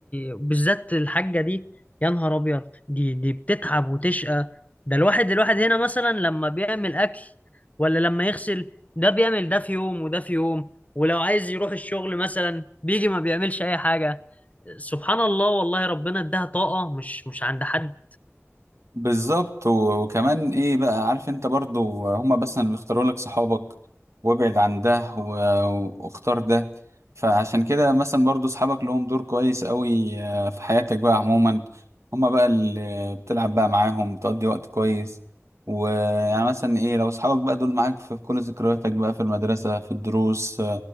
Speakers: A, on the left; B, on the right.
A: بالذات الحاجة دي يا نهار أبيض دي دي بتتعب وتشقى ده الواحد الواحد هنا مثلا لما بيعمل أكل ولا لما يغسل ده بيعمل ده في يوم وده في يوم ولو عايز يروح الشغل مثلا بيجي ما بيعملش أي حاجة سبحان الله والله ربنا اداها طاقة مش مش عند حد
B: بالظبط و- وكمان ايه بقى عارف انت برضو هما بس اللي بيختاروا لك صحابك وابعد عن ده و- واختار ده فعشان كده مثلا برضو صحابك لهم دور كويس قوي آه، في حياتك بقى عموما هما بقى اللي بتلعب بقى معاهم بتقضي وقت كويس ويعني مثلا ايه لو صحابك بقى دول معاك في كل ذكرياتك بقى في المدرسة في الدروس